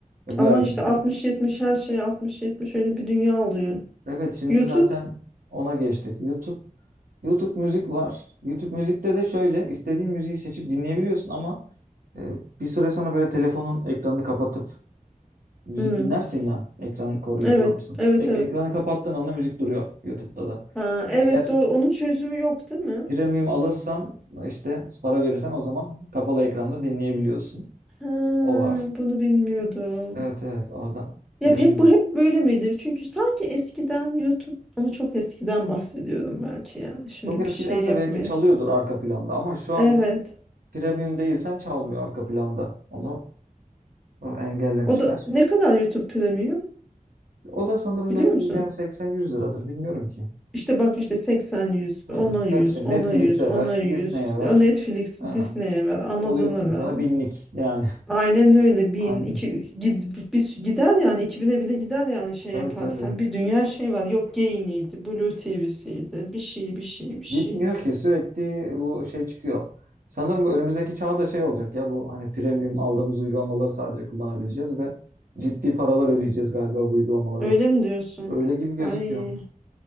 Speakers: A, on the right; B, in the centre.
A: E,
B: Ama
A: bir ay
B: işte
A: boyunca.
B: 60-70 her şey 60-70 öyle bir dünya oluyor.
A: Evet şimdi
B: YouTube?
A: zaten ona geçtik. YouTube YouTube müzik var. YouTube müzikte de şöyle istediğin müziği seçip dinleyebiliyorsun ama e, bir süre sonra böyle telefonun ekranını kapatıp müzik
B: Hmm.
A: dinlersin ya. Ekran koruyucu
B: Evet,
A: alırsın.
B: evet,
A: Ek-
B: evet.
A: ekranı kapattığın anda müzik duruyor YouTube'da da.
B: Ha, evet
A: Eğer
B: doğru. Onun çözümü yok değil mi?
A: premium alırsan işte para verirsen o zaman kapalı ekranda dinleyebiliyorsun.
B: Ha,
A: O var.
B: bunu bilmiyordum.
A: Evet evet orada premium.
B: Ya hep bu hep böyle miydi? Çünkü sanki eskiden YouTube ama çok eskiden bahsediyorum belki yani. Şimdi
A: Çok
B: bir
A: eskidense
B: şey yapmayayım.
A: belki çalıyordur arka planda ama şu
B: Evet.
A: anda premium değilsen çalmıyor arka planda. Onu e, engellemişler.
B: O da ne kadar YouTube Premium?
A: O da sanırım
B: Biliyor
A: belki
B: musun?
A: yani 80-100 liradır bilmiyorum ki.
B: İşte bak işte 80 100,
A: Hmm.
B: 10'a 100,
A: Hepsi
B: 10'a
A: Netflix'e
B: 100, 10'a
A: ver,
B: 100.
A: Disney'e ver.
B: O Netflix,
A: Ha.
B: Disney'e ver, Amazon'a
A: Oluyorsun
B: ver.
A: sonra binlik yani.
B: Aynen öyle bin
A: <laughs> Aynen.
B: 2 gid, bir, gider yani 2000'e bile gider yani şey
A: Tabii
B: yaparsan.
A: tabii.
B: Bir dünya şey var. Yok Gain'iydi, Blue TV'siydi. Bir şey, bir şey, bir şey.
A: Bitmiyor ki sürekli bu şey çıkıyor. Sanırım bu önümüzdeki çağda şey olacak ya bu hani premium aldığımız uygulamaları sadece kullanabileceğiz ve ciddi paralar ödeyeceğiz galiba bu uygulamaları.
B: Öyle mi diyorsun?
A: Öyle gibi gözüküyor.
B: Ay